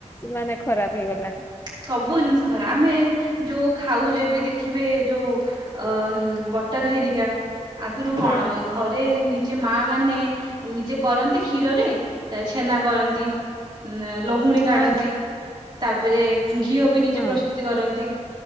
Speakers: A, on the left; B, on the right.
A: ମାନେ ଖରାପ ହେଇଗଲାଣି।
B: ସବୁ ଜିନିଷ ଖରାପ ଆମେ ଯୋଉ ଖାଉ ଯେ ବି ଦେଖିବେ ଯୋଉ ଅ ବଟର ହେରିକା ଆଗରୁ କଣ
A: ହଁ
B: ଘ ରେ ନିଜେ ମା ମାନେ ନିଜେ କରନ୍ତି କ୍ଷୀରରେ ଏ ଛେନା କରନ୍ତି। ଲହୁଣୀ କାଢ଼ନ୍ତି,
A: ହଁ
B: ତାପରେ ଘିଅ ବି ନିଜେ
A: ହଁ।
B: ପ୍ରସ୍ତୁତି କରନ୍ତି।